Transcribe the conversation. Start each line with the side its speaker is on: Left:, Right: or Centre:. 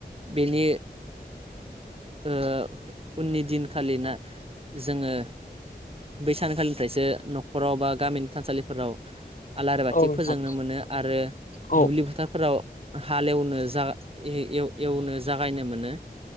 Right: बेनि ओ उननि दिनखालिना जोङो बै सानखालिनिफ्रायसो न'खराव बा गामिनि थानसालिफोराव आलारि बाथि
Left: औ नोंथां
Right: फोजोंनो मोनो आरो
Left: औ
Right: दुब्लि फोथारफोराव हालेवनो जा ए एल एवनो जागायनो मोनो